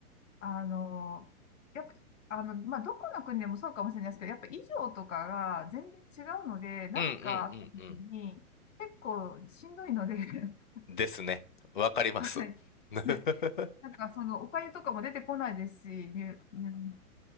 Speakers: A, on the left; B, on the left.
A: あの、やっぱ、あの、まあ、どこの国でもそうかもしれないですけど、やっぱ衣装とかが全然違うので、何かあった時に結構しんどいので
B: うん、うん、うん、
A: <laughs>
B: うん。ですね。わかります。
A: はい。
B: <laughs>
A: <laughs> なんかそのお粥とかも出てこないですし、うん